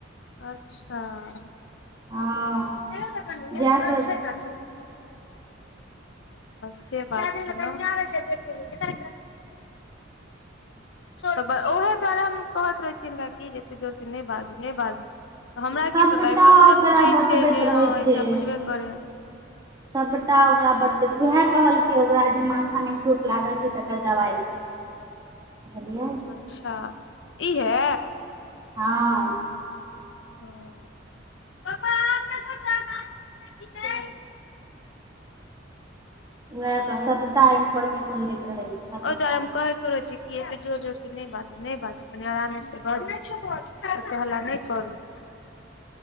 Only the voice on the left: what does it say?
अच्छा <unintelligible>
अच्छा
से बात छै नऽ। <unintelligible> तऽ ओहे दुआारे हम कहैत रहै छीयै, हिनका कि जे एतेक जोरसँ नहि बाजू-नहि बाजू। हमरा
की पता इ तऽ अपने
बुझै
छियै जे
हँ
ईसभ बुझबे करे यैं।
अच्छा ईहै।
हं पप्पा आम देखत गाछ मे छै कि नहि।
ओहि द्वारे हम कहैत रहै छै की एते जोर जोर से नै बाजू। नहि बाजू कनि आरामे से बाजू एते हल्ला नहि करू।